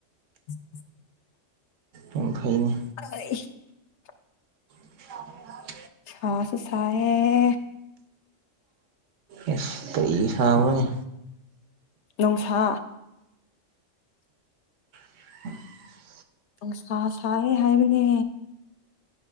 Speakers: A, on the left; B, on the right.
A: <inaudible>
B: ꯌꯥꯝ ꯐꯩꯅꯦ
A: <unintelligible>
B: <unintelligible>
A: ꯁꯥꯁꯨ ꯁꯥꯌꯦ
B: ꯑꯦꯁ ꯀꯩ ꯁꯥꯕꯅꯦ
A: ꯅꯨꯡꯁꯥ
B: <unintelligible>
A: ꯅꯨꯡꯁꯥ ꯁꯥꯌꯦ ꯍꯥꯏꯕꯅꯦ